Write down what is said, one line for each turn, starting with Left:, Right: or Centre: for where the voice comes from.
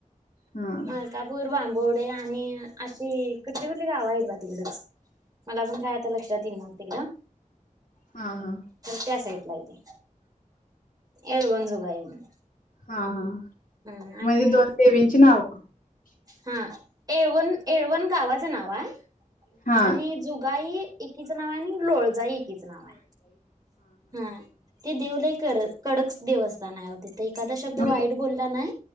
Left: हा
Right: मलकापूर बांबू बोडे आणि अशी कुठली कुठली गावं आहेत बा. तिकडच. मला पण काय आता लक्षात येईल ना. तिकडं,
Left: हा हा
Right: त्या साईटला हाय ते. येळवण जोगाई म्हणून.
Left: हा हा
Right: हम्म आणि
Left: म्हणजे दोन देवीची न <unintelligible>
Right: हा. येवण, येळवण गावा चं नाव हाय,
Left: हा
Right: आणि जुगाई एकीच नाव हाय नी लोळजाई एकीच नाव हाय. हा, ते देव लय कड कडक देवस्थान हाय. तिथं एखादा शब्द
Left: म्हणजे
Right: वाईट बोलला नाय..